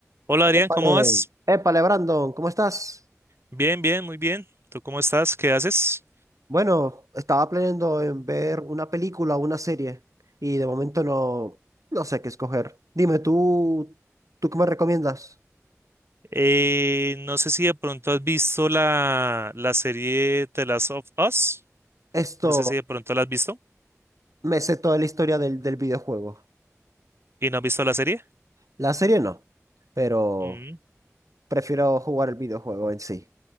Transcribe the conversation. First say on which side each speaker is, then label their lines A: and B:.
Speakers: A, on the right; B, on the right.
A: Hola
B: Épale,
A: Adrián, ¿cómo vas?
B: épale, Brandon, ¿cómo estás?
A: Bien, bien, muy bien. ¿Tú cómo estás? ¿Qué haces?
B: Bueno, estaba planeando en ver una película o una serie y de momento no, no sé qué escoger. Dime, ¿tú, tú qué me recomiendas?
A: Eh, no sé si de pronto has visto la, la serie The Last of Us.
B: Esto,
A: No sé si de pronto la has visto
B: me sé toda la historia del, del videojuego.
A: y no has visto la serie.
B: La serie no, pero
A: Mm,
B: prefiero jugar el videojuego en sí.